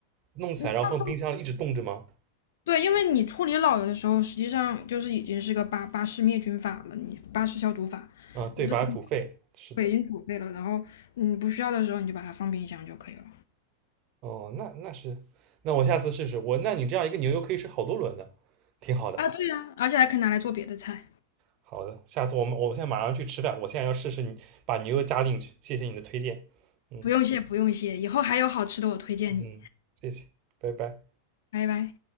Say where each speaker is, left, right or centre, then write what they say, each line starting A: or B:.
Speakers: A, on the right (about 40°); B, on the left (about 60°).
A: 弄起来，
B: 你放
A: 然后放冰箱里一直冻着吗？
B: 对，因为你处理老油的时候，实际上就是已经是个巴巴氏灭菌法了，你巴氏消毒法，
A: 嗯，对，把它煮沸。
B: 这
A: 是的。
B: 对已经煮沸了，然后你不需要的时候你就把它放冰箱就可以了。
A: 哦，那那是，那我下次试试。我，那你这样一个牛油可以吃好多轮的，挺好的。
B: 啊，对呀、而且还可以拿来做别的菜。
A: 好的，下次我们我现在马上去吃饭，我现在要试试你把牛油加进去。谢谢你的推荐。嗯
B: 不用谢，不用谢，以后还有好吃的我推荐你，
A: 嗯，谢谢，拜拜。
B: 拜拜。